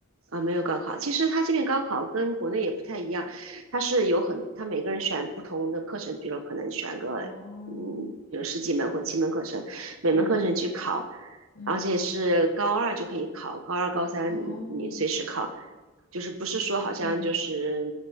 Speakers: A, on the right; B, on the left.
A: 啊，没有高考。其实他这边高考跟国内也不太一样，他是有很，他每个人选不同的课程，比如可能选个，
B: 哦，
A: 嗯，有十几门或七门课程，每门课程去考，
B: 嗯嗯，
A: 而且是高二就可以考，
B: 嗯
A: 高二、高三你你随时考，
B: 哦
A: 就是不是说好像就是，
B: 嗯。